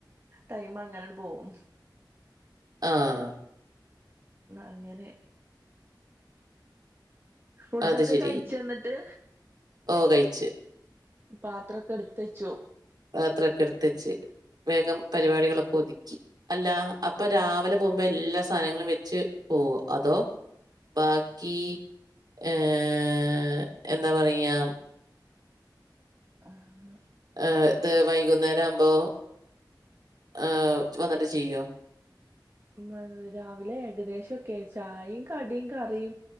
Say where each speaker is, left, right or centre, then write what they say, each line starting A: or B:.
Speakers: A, on the right; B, on the right.
A: ടൈം അങ്ങനാണ്ട് പോം
B: ആഹ്
A: അങ്ങനെ ഫുഡൊക്ക
B: അത് ശരി.
A: കഴിച്ചാന്നി ട്ട്
B: ഓഹ് കഴിച്ച്
A: പാത്രൊക്കെ എടുത്ത് വെച്ചു
B: പാത്രാക്കെ എടുത്ത് വെച്ച് വേഗം പരിപാടികളൊക്ക ഒതുക്കി അല്ല അപ്പ രാവിലെ പോംമ്പോ എല്ലാ സാനങ്ങളും വെച്ച് പോവോ അതോ ബാക്കീ ഏഹ് എന്താ പറയാ
A: ആഹ്
B: ഏഹ് ഇത് വൈകുന്നേരം ആവുമ്പോ ആഹ് വന്നിട്ട് ചെയ്യോ
A: ഉം രാവിലെ ഏകദേശക്കെ ചായയും കടിയും കറിയും